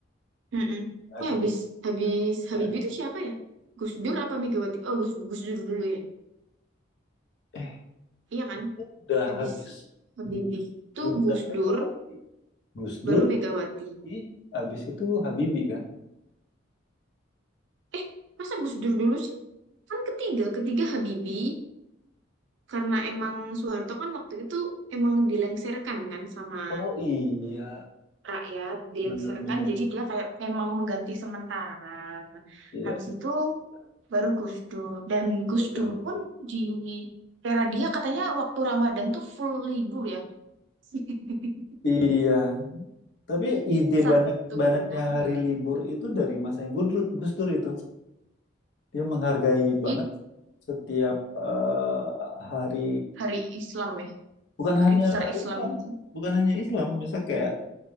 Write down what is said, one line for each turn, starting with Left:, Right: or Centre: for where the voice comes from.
Right: Mm-mm.
Left: Akhirnya
Right: Oh, habis habis
Left: ya
Right: Habibie itu siapa ya? Gus Dur apa Megawati? Oh, Gus, Gus Dur dulu ya.
Left: eh
Right: Iya kan?
Left: udah
Right: Habis
Left: habis
Right: Habibie
Left: Gus
Right: itu
Left: Dur
Right: Gus
Left: dan Megawati.
Right: Dur,
Left: Gus Dur
Right: baru Megawati.
Left: i habis itu Habibie kan.
Right: Eh, masa Gus Dur dulu sih? Kan ketiga, ketiga Habibie karena emang Soeharto kan waktu itu emang dilengserkan kan sama
Left: Oh iya, iya, iya.
Right: rakyat dilengsarkan
Left: bener bener
Right: jadi
Left: bener.
Right: dia kayak memang mengganti sementara
Left: Iya,
Right: habis itu baru Gus Dur dan Gus
Left: betul
Right: Dur
Left: betul.
Right: pun di era dia katanya waktu Ramadan tuh full libur ya <laughs>
Left: Iya, Tapi ide
Right: satu
Left: banyak banyaknya
Right: bulan
Left: hari libur itu dari masanya Gus Dur Gus Dur itu. Dia menghargai banget
Right: itu
Left: setiap eh, hari
Right: hari Islam ya
Left: bukan
Right: hari
Left: hanya
Right: besar
Left: hari
Right: Islam
Left: Islam,
Right: gitu
Left: bukan hanya Islam, misal kayak